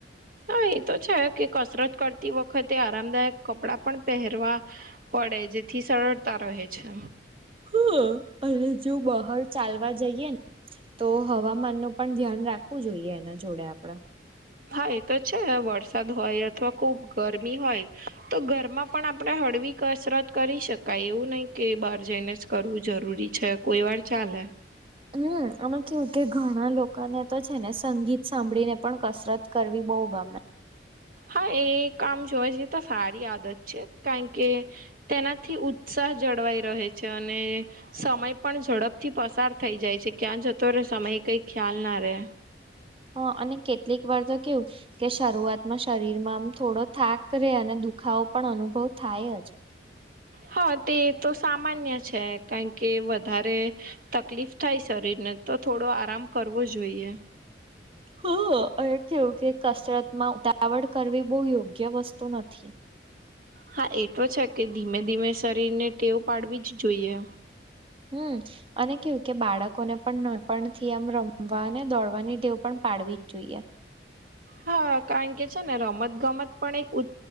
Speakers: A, on the right; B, on the right.
A: હા એ તો છે કે. કસરત કરતી વખતે આરામદાયક કપડાં પણ પહેરવા પડે જેથી સરળ. કતા રહે છે.
B: હ અને જો બહાર ચાલવા જઈએ ને. તો હવામાન નું પણ ધ્યાન રાખવું જોઈએ એના જોડે આપડે.
A: હા એ તો છે વરસાદ હોય અથવા ખુબ ગરમી હોય તો ઘરમાં પણ આપણે. છડવી, કસરત. કરી શકાય એવું નહીિ, કે બહાર જઈને જ કરવું જરૂરી છે, કોઈ વાર ચાલે.
B: હમ, આમે કેવું કે ઘણા લોકોને તો છેને, સંગીત સાંભળીને પણ કસરત કરવી બ હોગ, મે.
A: હા, એ કામ જોવા જઈએ, તો સારી આદત છે, કારણ કે તેનાથી ઉત્સાહ જ જળવાઈ, રહે છે. છે, અને સમય પણ ઝડપ થી, પસાર થઈ જાય છે, ક્યાં જતો સમય કઈ ખ્યાલ ના. રે
B: હ, અને કેટલીક વાર, તો કેવું કે શરૂઆતમાં શરીરમાં આમ થોડો થાક, રે અને દુખાવો, પણ અનુભવ થાય જ.
A: હા, તે તો સામાન્ય છે, કારણ કે વધારે તકલીફ થાય શરીરને. તો થોડો આરામ કરવો જોઈએ
B: હ, એ કેવું કે કસરતમાં ઉતાવળ કરવી, બહુ યોગ્ય વસ્તુ નથી.
A: હા, એ તો છે, કે ધીમે, ધીમે શરીર ને ટેવ પાડવી જ જોઈએ.
B: હમ, અને કેવું કે બાળકોને પણ ન પણ થી, આમ રમવાને દોડવાની ટેવ પણ પાડવી જ જોઈએ.
A: હા, કારણ કે છેને, રમત ગમત પણ એક ઉ